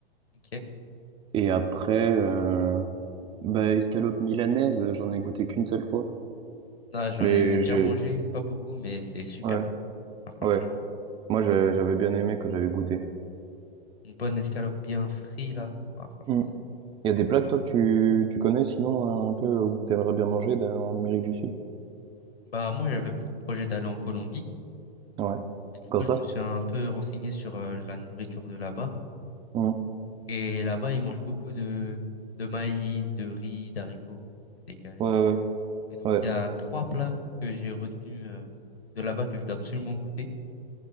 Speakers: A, on the left (about 80°); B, on the right (about 15°).
A: Ok.
B: Et après, euh, Bah, escalope milanaise, euh, j'en ai goûté qu'une seule fois.
A: Là, j'en
B: Mais
A: ai déjà
B: j'ai...
A: mangé, pas beaucoup, mais c'est super
B: Ouais,
A: bon. Ah, franchement,
B: ouais. Moi, j'ai-
A: euh,
B: j'avais bien aimé que j'avais goûté.
A: une bonne escalope bien frite, là. Ah, franchement,
B: Mm.
A: c'est
B: Il y
A: c'est
B: a des
A: pas
B: plats
A: mal.
B: que toi que tu, tu connais sinon euh, un peu ou que t'aimerais bien manger dans- en Amérique du Sud?
A: Bah, moi, j'avais pour projet d'aller en Colombie.
B: Ouais.
A: Et du
B: Comme
A: coup, je
B: ça?
A: me suis un peu renseigné sur euh, la nourriture de là-bas.
B: Mm.
A: Et là-bas, ils mangent beaucoup de, de maïs, de riz, d'haricots, rouges, des galettes
B: Ouais,
A: et tout.
B: ouais,
A: Et donc,
B: ouais.
A: il y a trois plats que j'ai retenus euh, de là-bas que je dois absolument goûter.